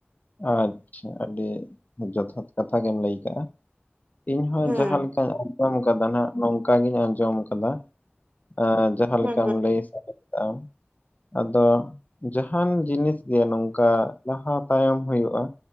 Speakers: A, on the left; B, on the right.
A: ᱟᱪᱪᱷᱟ ᱟᱹᱰᱤ ᱡᱚᱛᱷᱟᱛ ᱠᱟᱛᱷᱟ ᱜᱮᱢ ᱞᱟᱹᱭ ᱠᱟᱜᱼᱟ ᱤᱧᱦᱚᱸ
B: ᱦᱩᱸ
A: ᱡᱟᱦᱟᱸ ᱞᱮᱠᱟᱧ ᱟᱸᱡᱚᱢ ᱠᱟᱫᱟ ᱱᱟᱜ ᱱᱚᱝᱠᱟ ᱜᱤᱧ ᱟᱸᱡᱚᱢ ᱠᱟᱫᱟ ᱮᱸ ᱡᱟᱦᱟᱸ
B: ᱦᱩᱸ
A: ᱞᱮᱠᱟᱢ
B: ᱦᱩᱸ
A: ᱞᱟᱹᱭ ᱥᱟᱰᱮ ᱟᱱ ᱟᱫᱚ ᱡᱟᱦᱟᱱ ᱡᱤᱱᱤᱥ ᱜᱮ ᱱᱚᱝᱠᱟ ᱞᱟᱦᱟ ᱛᱟᱭᱚᱢ ᱦᱩᱭᱩᱜᱼᱟ